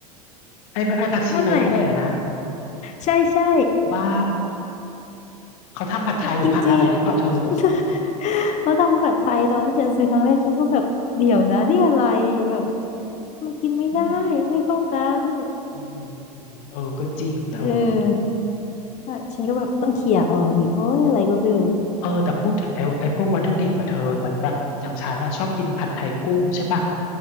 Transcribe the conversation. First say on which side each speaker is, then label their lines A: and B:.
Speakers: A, on the left; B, on the left.
A: ไอ้ไอ้ผักชีใบเลื่อยอะนะ
B: นั่นแหละใช่ใช่
A: บ้าเขาทำผัดไทยหรือผัดอะไรหรือเปล่าเธอ
B: จริงๆ <laughs> เขาทำผัดไทยตอนที่ฉันซื้อครั้งแรกฉันก็แบบเดี๋ยวนะที่อะไรแบบมันกินไม่ได้มันไม่เข้ากัน
A: อืมอืมอืมเออก็จริงเธอ
B: เอออ่ะฉันก็แบบต้องเขี่ยร์ออกอีกโอ้ยอะไรก็ไม่รู้
A: เออแต่พูดถึงไอ้ไอ้พวกวัตถุดิบอะเธอเหมือนแบบอย่างฉันอะชอบกินผัดไทยกุ้งใช่ปะ